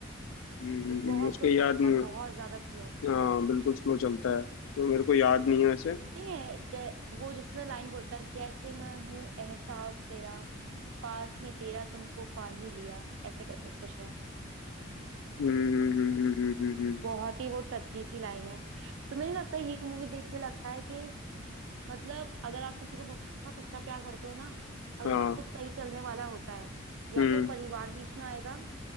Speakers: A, on the left; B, on the right.
A: हम्म हम्म,
B: वो बहुत
A: हम्म, उसका
B: स्लो
A: याद
B: चलता
A: नहीं
B: है बहुत ज्यादा स्लो
A: हाँ बिल्कुल स्लो चलता है तो मेरे को याद नहीं है वैसे
B: नहीं है जै, वो जिसमें लाइन बोलता है जैसे मैं हूँ एहसास तेरा पास में तेरा तुमको पा ही लिया ऐसे करके कुछ है
A: हम्म हम्म हम्म हम्म हम्म, हम्म, हम्म,
B: बहुत ही वो टची सी लाइन है तुम्हें नहीं लगता ये मूवी देख के लगता है कि मतलब अगर आप किसी को बहुत सच्चा प्यार करते हो ना अगर
A: हाँ
B: सब कुछ सही चलने वाला होता है या
A: हम्म
B: तो परिवार बीच में आएगा